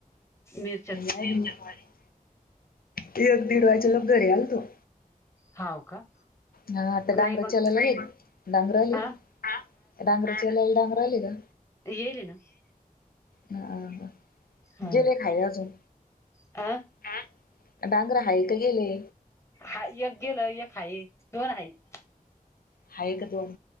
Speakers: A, on the left; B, on the left.
A: मिर
B: <unintelligible> की एक दीड वाजयच्या लग घरी आलतो.
A: हाव का?
B: हा आता डांगरा
A: नाही मग
B: चलाला डांगराले
A: आ
B: डांगरा जले अन डांगर आले का
A: ये ना
B: ह
A: हा.
B: गेले खाया अजून
A: अ
B: ह डांगरा हाय का गेले.
A: हा एक गेलं एक हाय दोन आहेत
B: हा का दोन